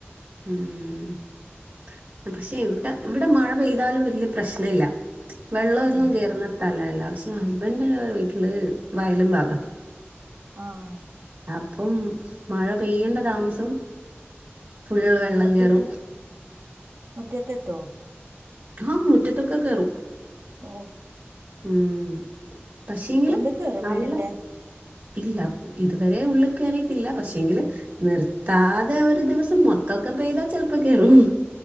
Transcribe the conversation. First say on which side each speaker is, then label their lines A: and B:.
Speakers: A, on the right; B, on the right.
A: ഉം പക്ഷെ ഇവിടെ ഇവിടെ മഴ പെയ്താലും വലിയ പ്രശ്ന ഇല്ല. വെള്ളമൊന്നും
B: ഉം
A: കേയറുന്ന സ്ഥലല്ല. പക്ഷെ ഹസ്ബൻഡ വീട്ടില് വയലും ഭാഗം.
B: ആഹ
A: അപ്പം മഴ പെയ്യണ്ട താമസം. ഫുള്ളള് വെള്ളം
B: മുറ്റത്ത്
A: കേയറും.
B: മുറ്റത്തെത്തോ?
A: ആഹ മുറ്റ തൊക്കെ കും റും
B: ഓ
A: ഉം.. പക്ഷേ എങ്കില്
B: ഉള്ളിൽ കേറോ
A: നല്ല
B: വീടിന്റെ
A: ഇല്ല ഇതുവരെ ഉള്ളിൽ കയറിയിട്ടില്ല. പക്ഷെങ്കില് നിർത്താതെ അതെ ഒരു ദിവസം മൊത്തൊക്കെ പെയ്താ ചെിലപ്പോ കേയറും.